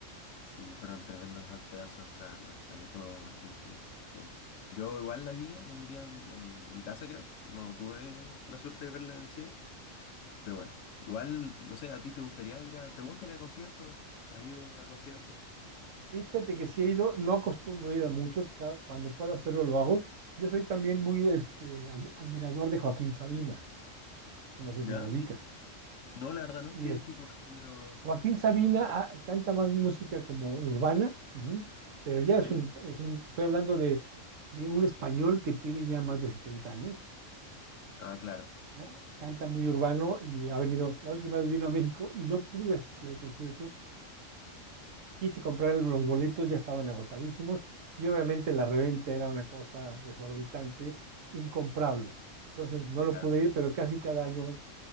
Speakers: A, on the left; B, on the right.
A: Sí, fueron tremendos actorazos, la verdad. Fue todo bastante bien. Yo igual la vi un día en, en mi casa, creo. No tuve la suerte de verla en el cine. Pero bueno, igual, no sé, ¿a ti te gustaría ir a... ¿Te gusta ir a conciertos? ¿Has ido a conciertos?
B: Sí, fíjate que sí he ido, no acostumbro ir a muchos, cada- cuando puedo hacerlo lo hago. Yo soy también muy este, ad- admirador de Joaquín Sabina, no sé
A: ¿Ya?
B: si lo ubicas.
A: Sí. No, la verdad no.
B: Y
A: ¿Qué
B: es,
A: tipo de género?
B: Joaquín Sabina ah, canta más música como urbana, ujú, pero ya es
A: ¿Sí?
B: un, es un, te estoy hablando de, de un español que tiene ya más de setenta años
A: Ah, claro.
B: ca- canta muy urbano y ha venido, la última vez vino a México y no pude asistir al concierto. Quise comprar los boletos, ya estaban agotadísimos y obviamente la reventa era una cosa desorbitante, incomprable. Entonces no lo
A: Claro.
B: pude ir, pero casi cada año